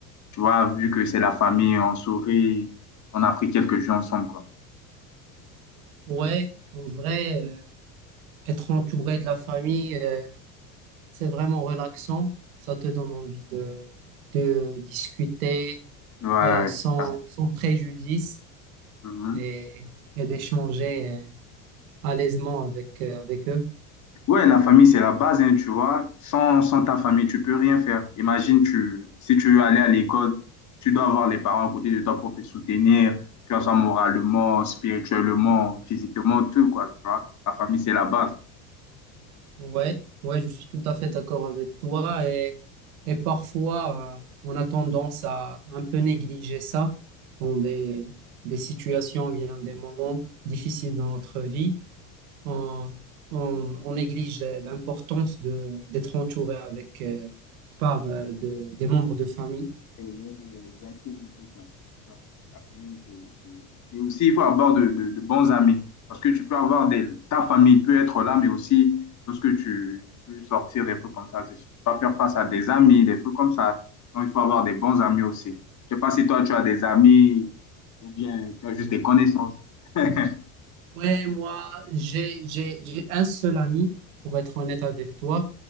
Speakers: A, on the left; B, on the right.
A: Tu vois, vu que c'est la famille, on sourit. On a pris quelques jours ensemble, quoi.
B: Ouais, en vrai, euh, être entouré de la famille, euh, c'est vraiment relaxant. Ça te donne envie de, de discuter
A: Ouais,
B: euh, sans,
A: c'est ça.
B: sans préjudice
A: Mhm.
B: et, et d'échanger. euh, à l'aisement avec, euh, avec eux.
A: Ouais, la famille, c'est la base, hein, tu vois. Sans, sans ta famille, tu peux rien faire. Imagine, tu, si tu veux aller à l'école, tu dois avoir les parents à côté de toi pour te soutenir, que ce soit moralement, spirituellement, physiquement, tout, quoi, tu vois. La famille, c'est la base.
B: Ouais, ouais, je suis tout à fait d'accord avec toi. Et, et parfois, euh, on a tendance à un peu négliger ça dans des, des situations, bien des moments difficiles dans notre vie. On, on, on néglige l'importance de, d'être entouré avec, euh, par euh, de- des membres de famille.
A: Et donc, il y a exactement ça. ça. La famille, c'est. c'est- aussi, il faut avoir de, de- de bons amis. Parce que tu peux avoir des. Ta famille peut être là, mais aussi, lorsque tu, tu peux sortir des trucs comme ça, c'est sûr. Tu vas faire face à des amis, des trucs comme ça. Donc, il faut avoir des bons amis aussi. Je ne sais pas si toi, tu as des amis ou bien tu as juste des connaissances. <laughs>
B: Ouais, moi, j'ai, j'ai, j'ai un seul ami, pour être honnête avec toi.